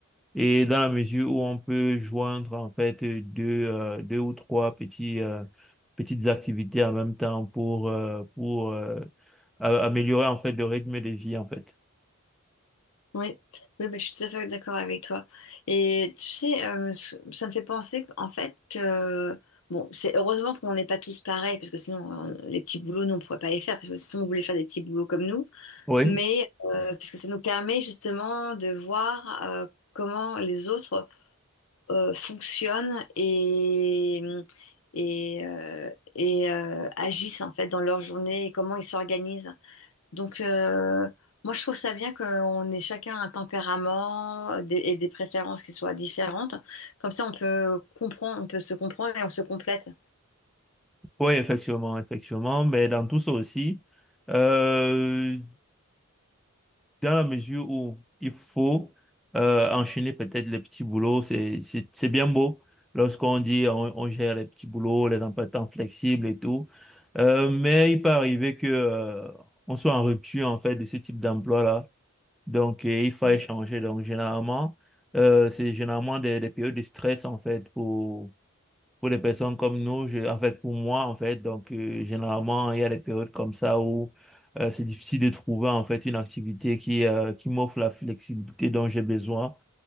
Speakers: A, in the centre; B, on the left (about 70°).
A: Et dans la mesure où on peut joindre en fait euh, deux, euh, deux ou trois petits, euh, petites activités en même temps pour, euh, pour euh, a- améliorer en fait le rythme de vie en fait.
B: Oui, oui bah, je suis tout à fait d'accord avec toi. Et tu sais, euh, s- ça me fait penser qu'en fait que, bon, c'est heureusement qu'on n'est pas tous pareils, parce que sinon, euh, les petits boulots, nous, on ne pourrait pas les faire, parce que si on voulait faire des petits boulots comme nous,
A: Oui,
B: mais euh, parce que ça nous permet justement de voir euh, comment les autres euh, fonctionnent et, et, euh, et euh, agissent en fait dans leur journée et comment ils s'organisent. Donc, euh, moi, je trouve ça bien qu'on ait chacun un tempérament des- et des préférences qui soient différentes. Comme ça, on peut comprendre, on peut se comprendre et on se complète.
A: Oui, effectivement, effectivement, mais dans tout ça aussi, euh, dans la mesure où il faut euh, enchaîner peut-être les petits boulots, c'est c'est c'est bien beau lorsqu'on dit on, on gère les petits boulots, les emplois de temps flexibles et tout, euh, mais il peut arriver que euh, on soit en rupture en fait de ce type d'emploi-là, donc euh, il faut
B: Mm.
A: échanger. Donc généralement, euh, c'est généralement des, des périodes de stress en fait pour pour les personnes comme nous, je, en fait, pour moi, en fait, donc, euh, généralement, il y a des périodes comme ça où euh, c'est difficile de trouver, en fait, une activité qui, euh, qui m'offre la flexibilité dont j'ai besoin